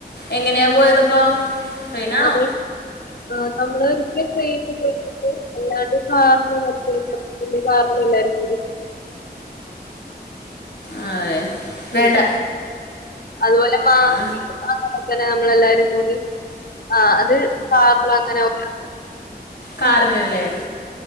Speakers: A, on the left; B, on the left.
A: എങ്ങനെ പോയതപ്പോ ട്രെയിനാണോ
B: നമ്മള് ആ നമ്മളൊരിക്ക ട്രെയിന് പോയിട്ടി ണ്ട് അല്ലാണ്ട് കാറില് <unintelligible> കാറില് എല്ലാരും കൂടി
A: അതെ വേണ്ട
B: ഉം അതുപോലെ മാ
A: ആ
B: <unintelligible> തന്നെ നമ്മളെല്ലാരും കൂടി ആ അത് കാർലങ്ങനെ <unintelligible>
A: കാർലല്ലേ